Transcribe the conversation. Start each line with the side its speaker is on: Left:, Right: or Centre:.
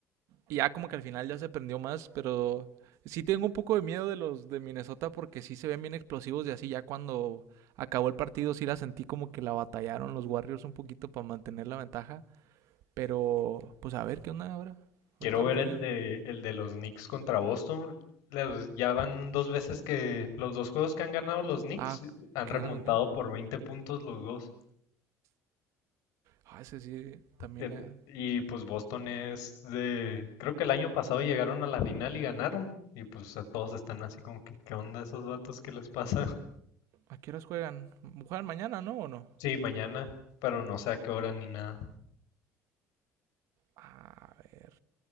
Right: y ya como que al final ya se prendió más, pero sí tengo un poco de miedo de los de Minnesota porque sí se ven bien explosivos y así ya cuando acabó el partido sí la sentí como que la batallaron los Warriors un poquito para mantener la ventaja. Pero pues a ver qué onda ahora. Ahorita
Left: quiero
Right: van
Left: ver
Right: perdiendo.
Left: el de el de los Knicks contra Boston. Les- ya van dos veces que los dos juegos que han ganado los Knicks
Right: Ah,
Left: han
Right: qué
Left: remontado
Right: ganan los Knicks.
Left: por 20 puntos los dos.
Right: Ah, ese sí también.
Left: En-
Right: eh,
Left: y pues Boston es de, creo que el año pasado llegaron a la final y ganaron. Y pues a todos están así como que, ¿qué onda esos vatos? ¿Qué les pasa? <laughs>
Right: ¿A qué horas juegan? Juegan mañana, ¿no? ¿O no?
Left: Sí, mañana, pero no sé a qué hora ni nada.
Right: A ver.